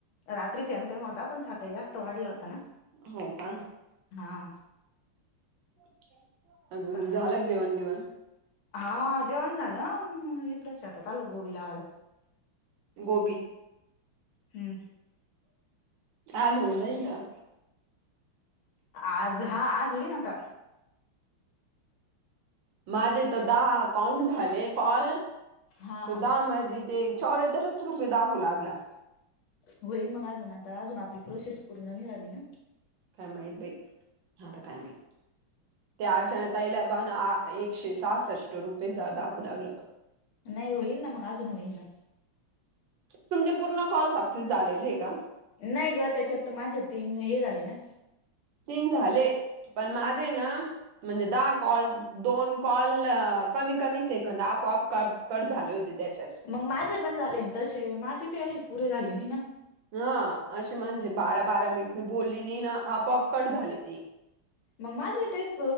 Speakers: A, on the left (about 75°); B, on the right (about 70°).
A: रात्री तेम तेम होता पण साखळी जास्त वाढला होता ना
B: हो का
A: हा
B: च्के
A: सकाळी
B: झालंच जेवण बिवण
A: हा जेवण झालं एक रस हातात आलो गोबी लावायला
B: गो
A: हम्म
B: आज होईन जाईन का
A: आज हा आज होई ना आता
B: माझेथ दहाकाॉंट झाले कॉल
A: हा
B: त दहा
A: हा
B: मध्ये ते चौर तरच रुपये दागू लागला
A: होईन मग अजून आता अजून आपली प्रोसेस पूर्ण नाही झाली ना
B: काय माहीत बाई हांता काय माही त्या अर्चना तईलाबाान एकशे सासष्ट रुपये दागू लागला तो
A: नाही होईन ना मग अजून होईन ना
B: तुमचे पूर्ण कॉल सक्सेस झालेले आहे का?
A: नाही ग त्याच्यात त माझे तीन हे झाले ना.
B: तीन झाले, पण माझे ना, म्हणजे दहा कॉल दोन कॉल कमी कमी सेकंद आपोआप क कट झाले होते त्याच्यात.
A: मग माझे पण झाले तंशे माझे काही अशे पुरे झाले नाही ना.
B: हं अशे म्हणजे बारा बारा मिनिट मी बोलली नाही ना आपोआप कट झाले ते.
A: मग माझं तेच